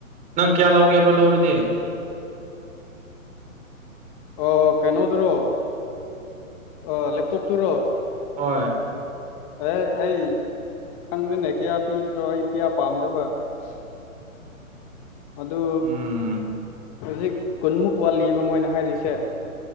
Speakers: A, on the right; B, on the left.
A: ꯅꯪ ꯀꯌꯥ ꯂꯧꯒꯦꯕ꯭ꯔꯣ ꯂꯧꯔꯗꯤ
B: <unintelligible> <inaudible> ꯑꯣ ꯀꯩꯅꯣꯗꯨꯔꯣ ꯑ ꯂꯦꯞꯇꯣꯞ ꯇꯨꯔꯣ
A: ꯍꯣꯏ
B: ꯑꯦ ꯑꯩ ꯈꯪꯗꯦꯅꯦ ꯀꯌꯥ ꯄꯤꯕꯅꯣ ꯑꯩ ꯀꯌꯥ ꯄꯥꯝꯗꯕ <unintelligible> <inaudible> ꯑꯗꯨ
A: ꯎꯝ
B: ꯍꯧꯖꯤꯛ ꯀꯨꯟꯃꯨꯛ ꯋꯥꯠꯂꯤꯕ ꯃꯣꯏꯅ ꯍꯥꯏꯔꯤꯁꯦ